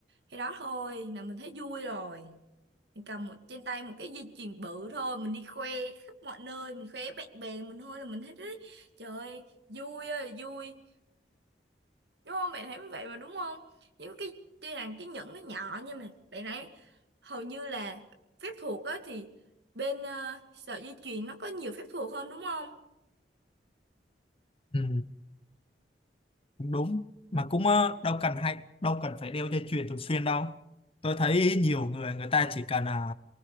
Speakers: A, on the right; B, on the left.
A: cái đó thôi, là mình thấy vui rồi, mình cầm một, trên tay một cái dây chuyền bự thôi, mình đi khoe khắp mọi nơi, mình khoe bạn bè mình thôi là mình thấy đấy trời ơi, vui ơi là vui đúng không bạn thấy như vậy mà đúng không những cái tuy là cái nhẫn nó nhỏ nhưng mà bạn thấy hầu như là phép thuật á thì bên ờ, sợi dây chuyền nó có nhiều phép thuật hơn đúng không
B: Ừ, cũng đúng mà cũng ờ, đâu cần hay đâu cần phải đeo dây chuyền thường xuyên đâu tôi thấy nhiều người người ta chỉ cần à,